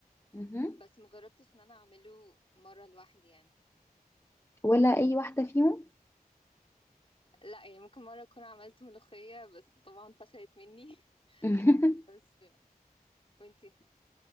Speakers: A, on the left; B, on the left.
A: مهم.
B: بس مجربتش ان انا اعمله مره لوحدي يعني
A: ولا اي واحده فيهم
B: لأ، يعني ممكن مرّة أكون عملت ملوخية بس طبعًا فشلت منّي
A: <laughs>
B: <laughs> بس وأنتِ ما